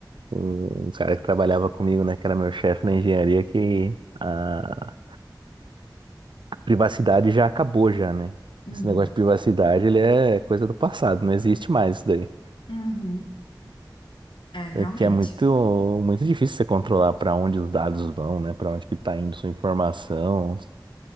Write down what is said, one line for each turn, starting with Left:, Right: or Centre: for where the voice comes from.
Right: um, um cara que trabalhava comigo, né, que era meu chefe na engenharia, que a privacidade já acabou já, né?
Left: Uhum.
Right: Esse negócio de privacidade, ele é coisa do passado, não existe mais isso daí.
Left: Uhum. É, realmente.
Right: Porque é muito, muito difícil você controlar para onde os dados vão, né? Para onde que tá indo sua informação.